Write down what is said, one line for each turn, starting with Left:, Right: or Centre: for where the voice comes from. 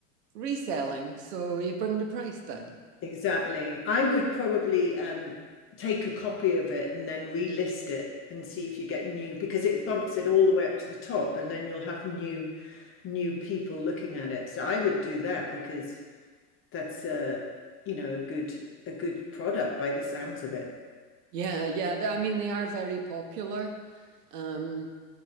Right: reselling, so you bring the price down.
Left: exactly. I would probably um take a copy of it and then relist it and see if you get new because it bumps it all the way up to the top and then you'll have new new people looking at it. So I would do that because that's a, you know, a good a good product by the sounds of it.
Right: Yeah, yeah. th- I mean, they are very popular. Um,